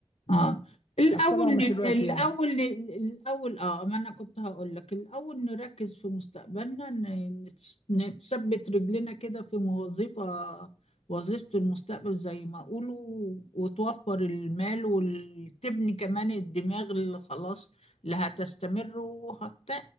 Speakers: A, on the left (about 85°); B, on the left (about 50°).
A: اه الاول
B: بس طبعا مش الوقت
A: الاول
B: يعني
A: الاول اه ما انا كنت هقول لك الاول نركز في مستقبلنا ن- نتس- نتثبت رجلنا كده في وظيفة وظيفة المستقبل زي ما اقولوا وتوفر المال وتبني كمان الدماغ اللي خلاص اللي هتستمر وهت